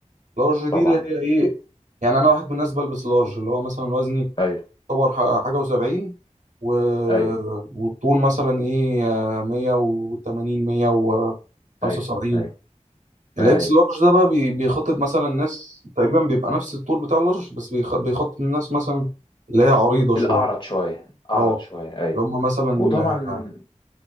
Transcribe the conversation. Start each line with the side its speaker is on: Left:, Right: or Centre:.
Right: لارج دي
Left: طبعا
Right: اللي هي ايه يعني انا واحد من الناس بلبس لارج اللي هو مثلا وزني
Left: ايوه
Right: يعتبر ح- حاجه و70 و...
Left: ايوه
Right: والطول مثلا ايه آه، 180 175
Left: ايوه ايوه
Right: الاكس
Left: ما ايوه
Right: لارج ده بقى بي- بيخاطب مثلا ناس تقريبا بيبقى نفس الطول بتاع اللارج بس بيخ- بيخاطب الناس مثلا اللي هي عريضة شوية
Left: الاعرض شويه اعرض
Right: اه
Left: شويه ايوه
Right: اللي هم مثلا
Left: وطبعا